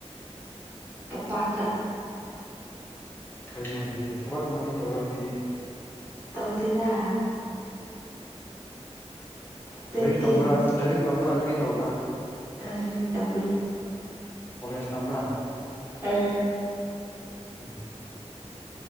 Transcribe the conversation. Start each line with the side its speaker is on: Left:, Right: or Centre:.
Right: ꯄꯥꯇ
Left: ꯐꯥꯏꯅꯦ ꯑꯗꯨꯗꯤ ꯊꯕꯛ ꯑꯃꯗꯤ ꯇꯧꯔꯝꯅꯤꯅꯦ꯫
Right: ꯇꯧꯗꯗꯥ ꯅꯪꯗꯤ
Left: ꯂꯥꯏꯔꯤꯛ ꯇꯝꯕ꯭ꯔꯥ ꯂꯥꯏꯔꯤꯛ ꯇꯝꯕ꯭ꯔꯥ ꯀꯔꯤ ꯇꯧꯕ꯭ꯔꯥ
Right: ꯑꯥ ꯂꯩꯔꯤꯛ ꯇꯥꯕꯨꯏ
Left: ꯀꯣꯂꯦꯖ ꯇꯝꯕ꯭ꯔ꯫
Right: ꯑꯝ
Left: ꯎꯝ